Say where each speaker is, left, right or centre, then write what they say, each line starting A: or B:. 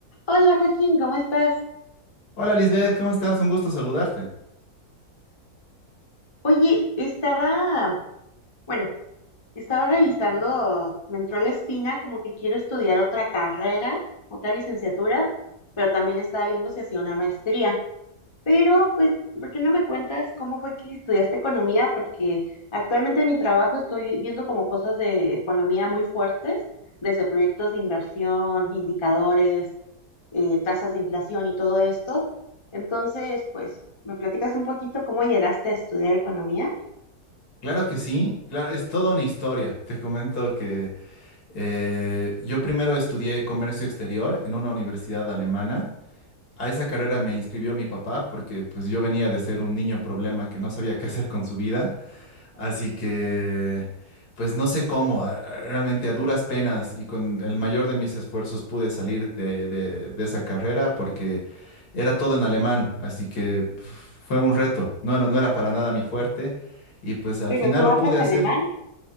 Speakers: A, on the left; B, on the left.
A: Hola Joaquín, ¿cómo estás?
B: Hola Lisbeth, ¿cómo estás? Un gusto saludarte.
A: Oye, estaba, bueno, estaba revisando, me entró la espina como que quiero estudiar otra carrera, otra licenciatura, pero también estaba viendo si hacía una maestría. Pero, pues, ¿por qué no me cuentas cómo fue que estudiaste economía? Porque actualmente en mi trabajo estoy viendo como cosas de economía muy fuertes, desde proyectos de inversión, indicadores, eh, tasas de inflación y todo esto. Entonces, pues, ¿me platicas un poquito cómo llegaste a estudiar economía?
B: Claro que sí, claro, es toda una historia. Te comento que eh, yo primero estudié comercio exterior en una universidad alemana. A esa carrera me inscribió mi papá porque pues yo venía de ser un niño problema que no sabía qué hacer con su vida. Así que, pues no sé cómo, a- a- realmente a duras penas y con el mayor de mis esfuerzos pude salir de, de- de esa carrera porque era todo en alemán, así que pf, fue un reto, no era, no era para nada mi fuerte y pues al
A: Pero
B: final
A: tú
B: lo
A: hablas
B: pude
A: alemán.
B: hacer.